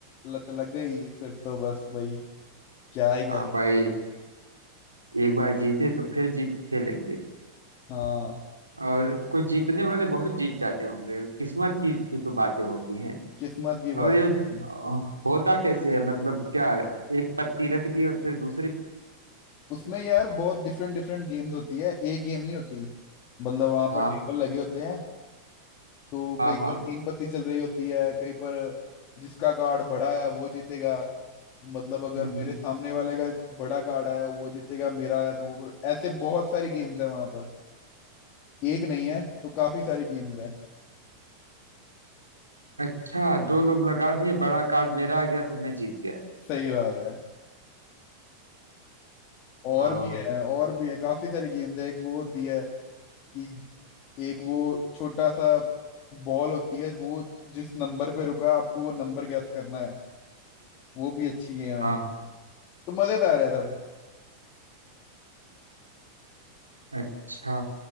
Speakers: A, on the left; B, on the right.
A: लत लग गई फिर तो बस भाई क्या ही कह
B: हाँ
A: सकते
B: भाई एक बार जीते तो फिर जीत खेलेंगे
A: हैं। हाँ
B: और कुछ जीतने वाले बहुत जीत जाते होंगे किस्मत की भी तो बातें होती हैं
A: किस्मत की
B: और
A: बात
B: ये
A: है।
B: अ, होता कैसे है मतलब क्या है? एक पत्ती रख दी और फिर दूसरी
A: उसमें यार बहुत डिफरेंट डिफरेंट गेम्स होती है एक गेम नहीं होती मतलब वहां
B: हाँ
A: पर टेबल लगे होते हैं तो
B: हाँ
A: कहीं
B: हाँ
A: पर तीन पत्ती चल रही होती है कहीं पर जिसका कार्ड बड़ा आया वो जीतेगा मतलब अगर
B: हम्म
A: मेरे
B: हम्म।
A: सामने वाले का बड़ा कार्ड आया वो जीतेगा मेरा आया तो वो बड़ा ऐसे बहुत सारी गेम्स है वहां पर एक नहीं है तो काफी सारी गेम्स है
B: अच्छा दो लोग लगा दिए बड़ा कार्ड मेरा आ गया तो मैं जीत गया
A: सही बात है और
B: हाँ
A: भी है और भी है काफी सारी गेम्स है एक वो होती है कि एक वो छोटा सा बॉल होती है वो जिस नंबर पे रुका है, आपको वो नंबर गैस करना है वो भी अच्छी गेम है
B: हाँ
A: तो मजेदार है सब
B: अच्छा